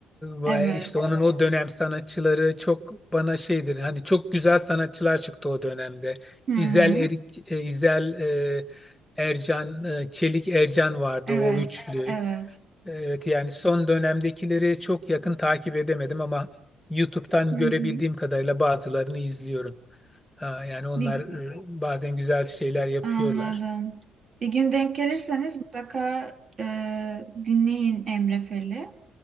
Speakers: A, in the centre; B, on the right.
A: ve
B: Evet.
A: işte onun o dönem sanatçıları çok bana şeydir. Hani çok güzel sanatçılar çıktı o dönemde.
B: Hı hı.
A: İzel Erik, e, İzel e, Ercan, e, Çelik Ercan vardı
B: Evet.
A: o üçlü.
B: Evet.
A: Evet yani son dönemdekileri çok yakın takip edemedim ama YouTube'dan
B: Hı
A: görebildiğim
B: hı.
A: kadarıyla bazılarını izliyorum. Ha, Yani onlar
B: Bir,
A: e, bazen güzel şeyler yapıyorlar.
B: anladım. Bir gün denk gelirseniz mutlaka e, dinleyin Emre Fel'i.